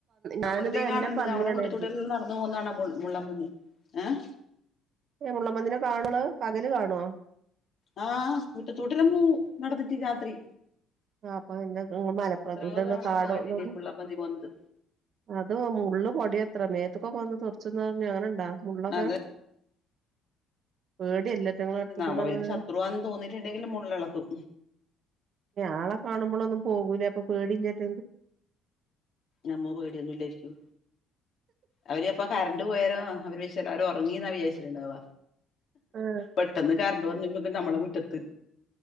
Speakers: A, on the left; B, on the right.
A: നമ്മളതീ
B: ഞാനന്നാ
A: കാണണ്ട്
B: എല്ലാം പന്നിയണരുത്
A: നമ്മളെ വീട്ടത്തോട്ടെല്ലാം നടന്നു പോകുന്നതാണ് മുള്ളൻപന്നി ഏഹ്
B: ഏ മുള്ളമ്പന്ിനെ കാണള പകല് കാണുവോ
A: ആഹ് കുറ്റത്തൂട്ടിലന്ന നടന്നിട്ട് രാത്രി
B: ആ അപ്പൊ എന്ത മലപ്പുറത്ത്ം
A: എത്രയോ തവണ
B: ഇത കാടോന്ന
A: നമ്മള് കണ്ടിന് മുള്ളൻപന്നി പോന്നത്
B: അത് മള്ള് പൊടി എത്ര മേത്തക്കൊക്കെ വന്ന് തുറച്ച്ന്ന് പറഞ്ഞഞ് അങ്ങനെ ഇണ്ടാ ഫണല്ലക്ക
A: അത്
B: പേട എല്ലറ്റങ്ങള അടുത്ത് കൂട
A: അവർക്ക്
B: അങ്ങനെ
A: ശത്രുവാന്ന് തോന്നിയിട്ടുണ്ടെങ്കിൽ മുള്ളിളക്കും
B: ആളെ കാണുമ്പോ നമ്മളൊന്നും പോകൂലേ അപ്പൊ പേടല്ലിട്ട
A: അമ്മ പേടിയൊന്നുംല്ലായിരിക്കും അവര്പ്പ കറണ്ട് പോയരോ അവര് വച്ച അവര ഉറങ്ങിന്നാ വിചാരിച്ചിട്ടുണ്ടാവ
B: ആഹ്
A: പെട്ടെന്ന് കാര വ നമ്മളെ വിറ്റത്ത്